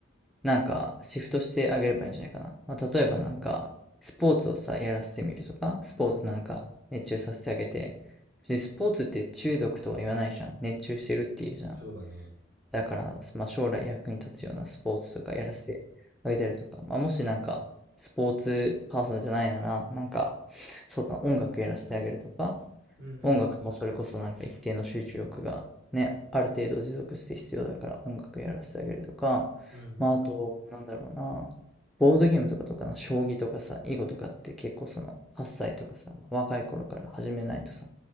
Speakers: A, in the centre; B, on the right.
A: なんかシフトしてあげればいいんじゃないかな。まあ、例えばなんか、スポーツをさ、やらせてみるとか、スポーツなんか熱中させてあげて、
B: う。うんうん。
A: 別にスポーツって中毒とは言わないじゃん。熱中してるっていうじゃん。
B: そうだね。
A: だから、まあ、将来役に立つようなスポーツとかやらせてあげたりとか、まあ、もしなんか、スポーツパーソンじゃないなら、なんか、そうだな、音楽やらせてあげるとか、
B: うんうん。
A: 音楽もそれこそなんか一定の集中力がね、ある程度持続して必要だから音楽やらせてあげるとか、
B: うん。
A: まああと、なんだろうな、ボードゲームとかとかな、将棋とかさ、囲碁とかって結構その8歳とかさ、若い頃から始めないとさ、